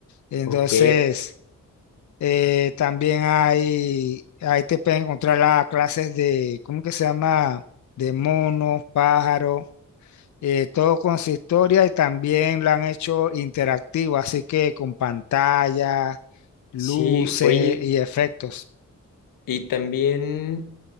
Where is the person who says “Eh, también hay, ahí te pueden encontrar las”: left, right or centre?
Left